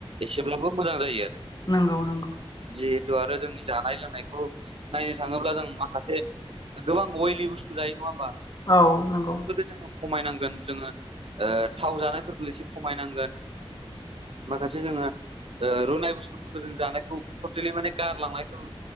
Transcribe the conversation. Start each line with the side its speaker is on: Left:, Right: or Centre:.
Right: एसेब्लाबो मोजां जायो आरो।
Left: नोंगौ नंगौ।
Right: जिहेथु आरो जोंनि जानाय लोंनायखौ नायनो थाङोब्ला जों माखासे गोबां अयलि बुस्थु जायो नङा होमबा
Left: औ नंगौ
Right: बेफोरखो जोंङो खमायनांगोन जोङो ओ थाव जानायफोरखौ एसे खमायनांगोन। माखासे जोङो ओ रुनाय बुस्थुफोरखो जों जानायखौ टटेलि माने गारलांनायखो